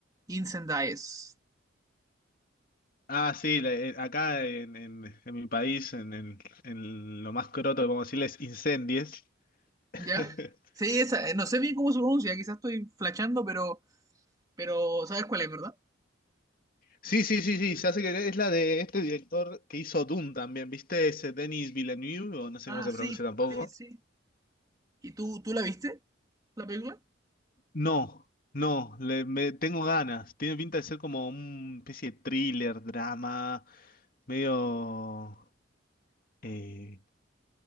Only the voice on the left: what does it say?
Ah, sí, la- eh, acá en, en- en mi país, en, en- en lo más croto que podemos decirles, incendies. <laughs>
Sí, sí, sí, sí, ya sé que es la de este director que hizo Dune también, ¿viste? Ese Denis Villeneuve, o no sé
cómo se
pronuncia tampoco.
No, no, le, me, tengo ganas. Tiene pinta de ser como una especie de thriller, drama, medio... eh,